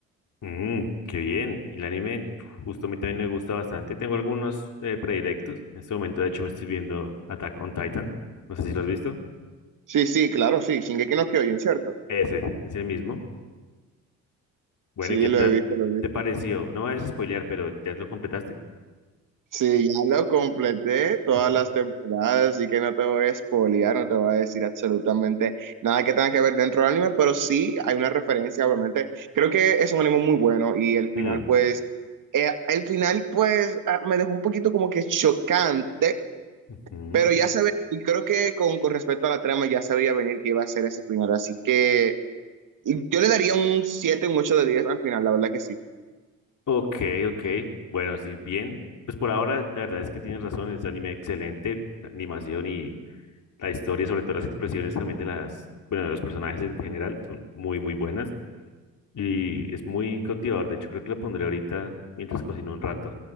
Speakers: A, on the left; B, on the right.
A: mm, qué bien. Y el anime, justo a mí también me gusta bastante. Tengo algunos eh, predilectos. En este momento, de hecho, me estoy viendo Attack on Titan. No sé si lo has visto.
B: Sí, sí, claro, sí. Shingeki no Kyojin, ¿cierto?
A: Ese, es el mismo. Bueno,
B: Sí,
A: ¿y qué
B: lo
A: tal
B: he visto, lo he visto.
A: te pareció? No me vayas a spoilear, pero ¿ya lo completaste?
B: Sí, ya lo completé todas
A: Ujú.
B: las temporadas, así que no te voy a spoilear, no te voy a decir absolutamente nada que tenga que ver dentro del anime, pero sí hay una referencia, obviamente. Creo que es un anime muy bueno y el final,
A: Mm,
B: pues, eh, el final, pues, ah, me dejó un poquito como que chocante,
A: ujú.
B: pero ya sabía, y creo que con, con respecto a la trama ya sabía venir que iba a ser ese final, así que yo le daría un 7, un 8 de 10 al final, la verdad que sí.
A: Ok, ok. Bueno, si bien, pues por ahora la verdad es que tienes razón, es un anime excelente, animación y La historia, sobre todo las expresiones también de las, bueno, de los personajes en general, son muy, muy buenas. Y es muy cautivador. De hecho, creo que lo pondré ahorita mientras cocino un rato.